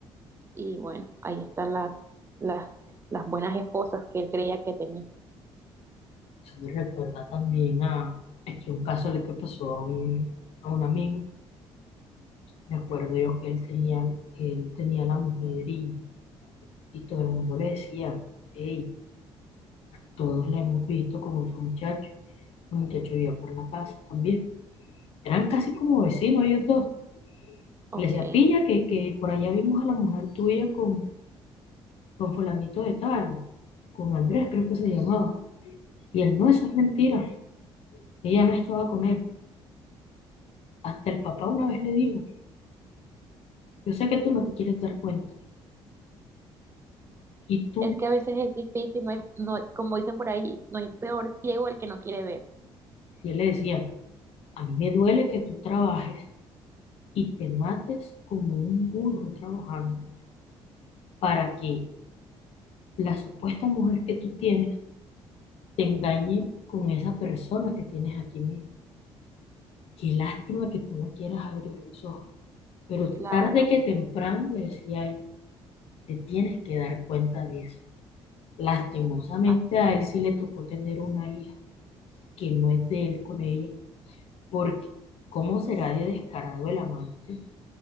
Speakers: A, on the right (about 25°); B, on the left (about 65°).
A: y bueno, ahí están las, las, las buenas esposas que él creía que tenía.
B: Eso me recuerda también a aquí un caso le que pasó a un, a un amigo. Me acuerdo yo que él tenía, que él tenía la mujer y, y todo el mundo le decía, hey, todos la hemos visto con otro muchacho. El muchacho vivía por la casa también. Eran casi como vecinos ellos dos
A: Ok.
B: Le decía, pilla, que, que por allá vimos a la mujer tuya con, con fulanito de tal, con Andrés creo que se llamaba. Y él, no, eso es mentira, ella no estaba con él. Hasta el papá una vez le dijo, yo sé que tú no te quieres dar cuenta. Y tú,
A: Es que a veces es difícil, no hay- no, como dicen por ahí, no hay peor ciego el que no quiere ver.
B: y él le decía, a mí me duele que tú trabajes y te mates como un burro trabajando para que la supuesta mujer que tú tienes te engañe con esa persona que tienes aquí mismo. Qué lástima que tú no quieras abrir los ojos. Pero
A: Claro,
B: tarde que temprano, le decía él, te tienes que dar cuenta de eso. Lastimosamente
A: así
B: a
A: es.
B: él sí le tocó tener una hija que no es de él con ella, porque ¿cómo será de descarado el amante